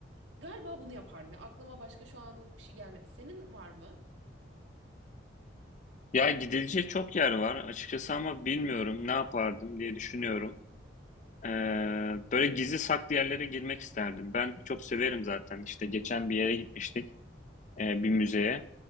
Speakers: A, on the right; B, on the left.
A: galiba bunu yaparım ya. Aklıma başka şu anlık bir şey gelmedi. Senin var mı?
B: Ya gidilecek çok yer var açıkçası ama bilmiyorum ne yapardım diye düşünüyorum. Ee, böyle gizli saklı yerlere girmek isterdim. Ben çok severim zaten. İşte geçen bir yere gitmiştik, e, bir müzeye.